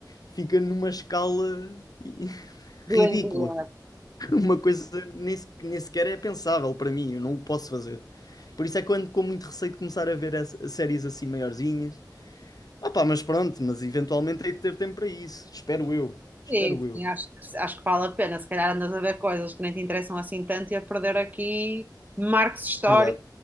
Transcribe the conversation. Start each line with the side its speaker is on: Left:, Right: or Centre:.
Left: fica numa escala i-
Right: Doentia.
Left: ridícula. <laughs> Uma coisa nem, se- nem sequer é pensável para mim, eu não o posso fazer. Por isso é que eu ando com muito receio de começar a ver as, séries assim maiorzinhas. Ah pá, mas pronto, mas eventualmente hei de ter tempo para isso. Espero eu. Espero
Right: Sim,
Left: eu.
Right: sim, acho que, acho que vale a pena. Se calhar andas a ver coisas que nem te interessam assim tanto e a perder aqui marcos históricos
Left: Verdade.